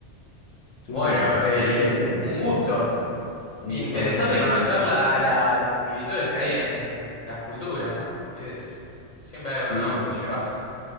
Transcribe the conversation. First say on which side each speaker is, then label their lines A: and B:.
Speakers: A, on the left; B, on the left.
A: Súper,
B: Bueno,
A: excelente,
B: eh,
A: viejo.
B: un gusto.
A: Un, un
B: Interesante
A: gusto hablar contigo
B: conocer
A: nuevamente.
B: la, la- las similitudes que hay en, en las culturas, ¿no? Es siempre algo
A: Sí.
B: nuevo que te llevas.